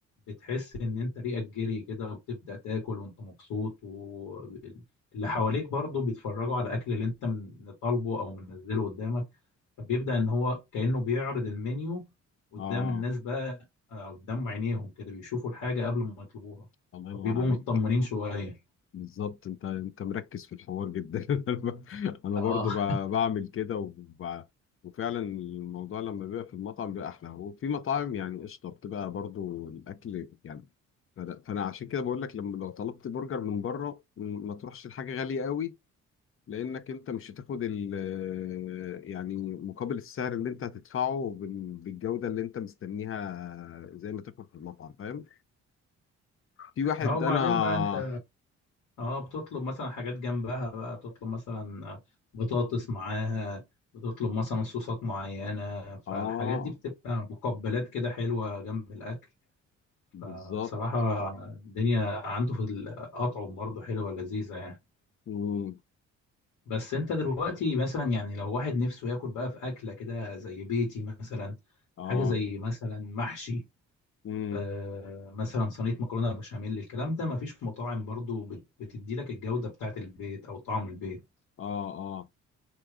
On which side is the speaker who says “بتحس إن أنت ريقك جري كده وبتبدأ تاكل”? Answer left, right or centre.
Left